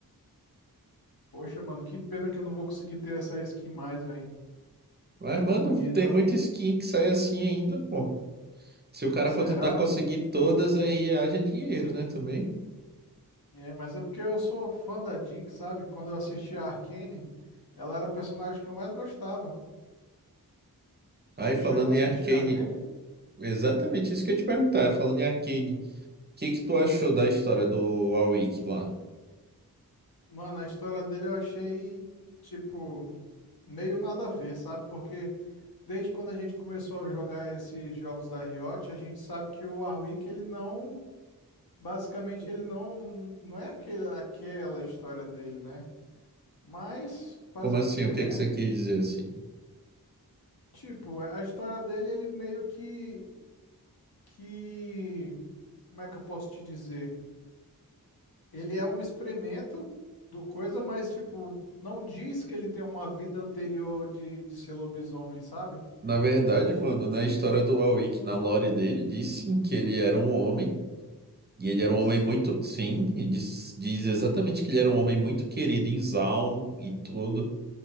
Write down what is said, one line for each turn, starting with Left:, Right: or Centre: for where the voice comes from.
Left: Poxa, mano, que pena que eu não vou conseguir ter essa skin mais, velho.
Right: Mas,
Left: Muito
Right: mano,
Left: bonita,
Right: tem muita
Left: ó.
Right: skin que sai assim ainda, pô. Se o cara
Left: Será?
Right: for tentar conseguir todas, aí haja dinheiro, né, também.
Left: É, mas é porque eu sou fã da Jinx, sabe? Quando eu assisti a Arcane, ela era a personagem que eu mais gostava. Você
Right: Aí, falando
Left: chegou a assistir
Right: em Arcane,
Left: a Arcane?
Right: Exatamente isso que eu ia te perguntar, é, falando em Arcane, o que que tu achou da história do Warwick lá?
Left: Mano, a história dele eu achei, tipo, meio nada a ver, sabe? Porque. Desde quando a gente começou a jogar esses jogos da Riot, a gente sabe que o Warwick, ele não, basicamente, ele não, não é aquele, aquela história dele, né? Mas fazer
Right: Como assim?
Left: o que,
Right: O que
Left: né?
Right: que você quis dizer assim?
Left: Tipo, a a história dele, ele meio que, que, como é que eu posso te dizer? Ele é um experimento do coisa, mas, tipo, não diz que ele tem uma vida anterior de, de ser lobisomem, sabe?
Right: Na verdade,
Left: Tipo,
Right: mano, na história do Warwick, na lore dele, diz sim que ele era um homem, e ele
Left: diz?
Right: era um homem muito, sim, e diz, diz exatamente que ele era um homem muito querido em Zaun e tudo,